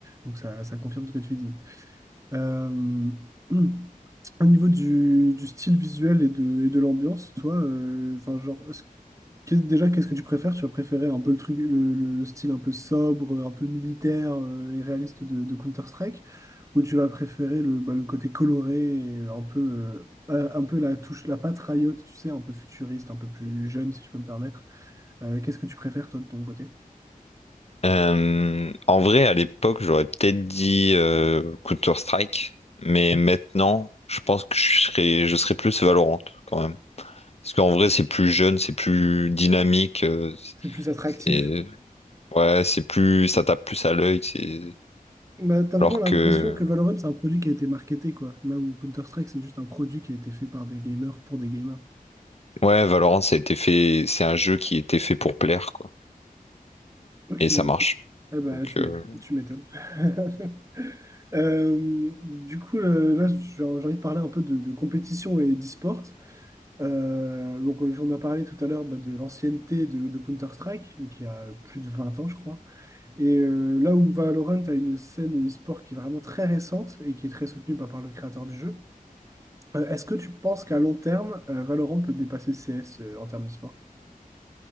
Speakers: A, on the right (about 20°); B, on the left (about 45°).
A: Donc, ça, ça confirme ce que tu dis. Euh, <clears throat> Au niveau du, du style visuel et de, et de l'ambiance, toi, euh, enfin, genre, quest déjà, qu'est-ce que tu préfères? Tu as préféré un peu le truc, le, le- le style un peu sobre, euh, un peu militaire euh, et réaliste de, de Counter-Strike, ou tu vas préférer le, bah, le côté coloré et euh, un peu, euh, euh, un peu la touche, la patte Riot, tu sais, un peu futuriste, un peu plus jeune, si je peux me permettre. Euh, qu'est-ce que tu préfères, toi, de ton côté?
B: Euh, en vrai, à l'époque, j'aurais peut-être dit euh, Counter-Strike, mais maintenant, je pense que je serais, je serais plus Valorant quand même. Parce qu'en vrai, c'est plus jeune, c'est plus dynamique, euh,
A: C'est plus attractif.
B: c'est ouais, c'est plus, ça tape plus à l'œil, c'est
A: Bah, t'as vraiment
B: alors
A: l'impression
B: que
A: que Valorant, c'est un produit qui a été marketé, quoi. Là où Counter-Strike, c'est juste un produit qui a été fait par des gamers pour des gamers.
B: Ouais, Valorant, ça a été fait, c'est un jeu qui était fait pour plaire, quoi.
A: Ok,
B: Et ça marche.
A: ok. Eh ben,
B: Donc,
A: tu
B: euh,
A: m'é- tu m'étonnes. <laughs> Euh, du coup, euh, là, j'ai j'ai envie de parler un peu de, de compétition et d'e-sport. Euh, donc, euh, on a parlé tout à l'heure bah, de l'ancienneté de, de Counter-Strike, euh, qui a plus de 20 ans, je crois. Et euh, là où Valorant a une scène e-sport qui est vraiment très récente et qui est très soutenue bah, par le créateur du jeu, euh, est-ce que tu penses qu'à long terme, euh, Valorant peut dépasser CS euh, en termes d'e-sport?